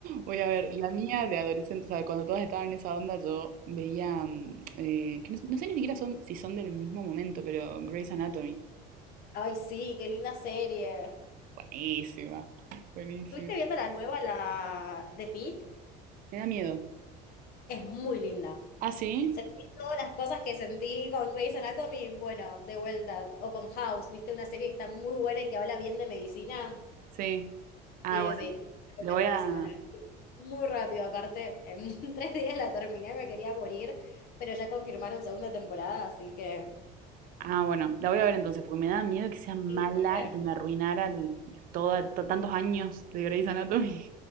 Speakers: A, on the right; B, on the left.
A: voy a ver. La mía de adolescente, o sea, cuando todas estaban en esa onda, yo veía, mm, eh, que no, no sé ni siquiera son, si son del mismo momento, pero Grey's Anatomy.
B: Ay, sí, qué linda serie.
A: Buenísima, buenísima.
B: ¿Estuviste viendo la nueva, la de Pete?
A: Me da miedo.
B: Es muy linda.
A: Ah, sí,
B: Sentí todas las cosas que sentí con Grey's Anatomy, bueno, de vuelta, o con House, ¿viste? Una serie que está muy buena y que habla bien de medicina.
A: sí. Ah,
B: Sí,
A: bueno,
B: sí, sí, recomendadísima.
A: le voy a.
B: La vi muy rápido, aparte, en <laughs> tres días la terminé, me quería morir, pero ya confirmaron segunda temporada, así que...
A: Ah, bueno, la voy a ver entonces, porque me da miedo que sea mala
B: y re.
A: y que me arruinara el- toda, to- tantos años de Grey's Anatomy.